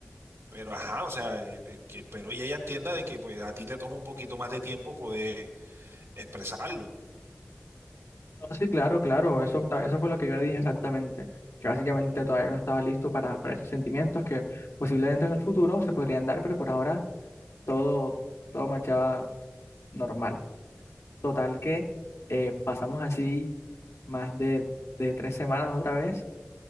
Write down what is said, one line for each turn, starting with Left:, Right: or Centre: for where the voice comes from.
Right: pero ajá, o sea, eh, eh, que espero y ella entienda de que pues a ti te toma un poquito más de tiempo poder expresarlo.
Left: No, sí, claro, claro. Eso, ta- eso fue lo que yo le dije exactamente. Que básicamente todavía no estaba listo para, para esos sentimientos que posiblemente en el futuro se podrían dar, pero por ahora todo, todo marchaba normal. Total que eh, pasamos así más de, de tres semanas otra vez